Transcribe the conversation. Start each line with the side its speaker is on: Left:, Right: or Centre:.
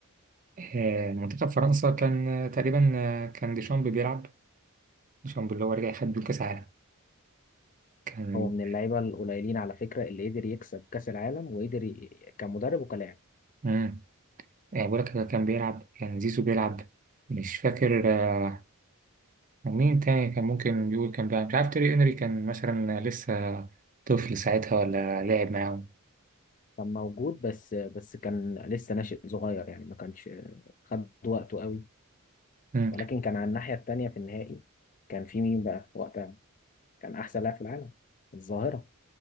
Right: آه، منتخب فرنسا كان آه، تقريبا آه، كان ديشامب بيلعب ديشامب اللي هو رجع خد بيه كأس عالم كان
Left: هو من اللعيبه القليلين على فكره اللي قدر يكسب كاس العالم وقدر ي- كمدرب وكلاعب
Right: امم بقول لك كان بيلعب كان زيزو بيلعب مش فاكر آه، مين تاني كان ممكن يقول كان بيلعب مش عارف تيري انري كان مثلا لسه طفل ساعتها ولا لعب معاهم
Left: كان موجود بس بس كان لسه ناشئ صغير يعني ما كانش خد وقته قوي
Right: مم.
Left: ولكن كان على الناحيه التانيه في النهائي كان في مين بقى وقتها كان احسن لاعب في العالم الظاهره